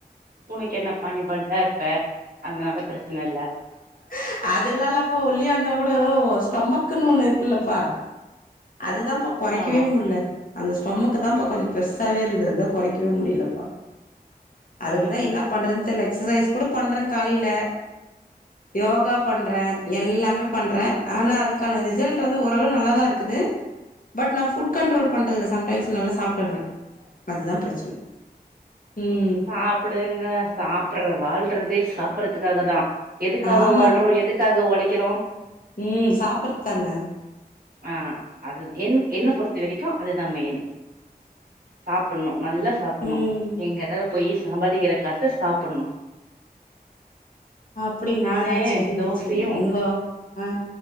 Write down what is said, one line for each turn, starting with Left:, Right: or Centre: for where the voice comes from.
Right: உனக்கு என்னப்பா நீ பட்டா இருப்பே அதனால பிரச்சனை இல்ல
Left: அஹ் அதெல்லா இல்லப்பா ஒல்லியா இருந்தா கூட ஸ்டொமக்குன்னு ஒண்ணு இருக்குல்லப்பா அதுதான்ப்பா குறைக்கவே
Right: ஆ
Left: முடில அந்த ஸ்டொமக்கு தான்ப்பா கொஞ்சம் பெருசாவே இருக்குது அதுதான் குறைக்கவே முடியலப்பா அதுக்குதான்
Right: ம் ம்
Left: என்ன பண்றதுன்னு தெரியில எக்ஸசைஸ் கூட பண்றேன் காலையில யோகா பண்றேன் எல்லாமே பண்றேன் ஆனா அதுக்கான ரிசல்ட் வந்து ஓரளவு நல்லாதான் இருக்குது பட் நா ஃபுட் கண்ட்ரோல் பண்றதுல சம் டைம்ஸ் நல்லா சாப்பிட்டுறேன் அதுதா பிரச்சன ம்
Right: சாப்டுங்க சாப்புர்ற வாழ்றதே சாப்பர்துக்காக தா எதுக்காக
Left: ஆமா
Right: வாழ்றோ எதுக்காக ஒழைக்கிறோ
Left: ம் சாப்பர்த்தாங்க
Right: ஆ அது என்னு என்ன பொறுத்த வரைக்கு அதுதா மெய்னு சாப்புண்ணு நல்லா சாப்புண்ணு
Left: ம்
Right: எங்க தா போய் சம்பாதிக்கிற காஸ் ல சாப்புட்ணு
Left: அப்டிங்ளா
Right: நானு
Left: சேரிங்க
Right: தோசையு
Left: சேரிங்க ஒங்க ஆ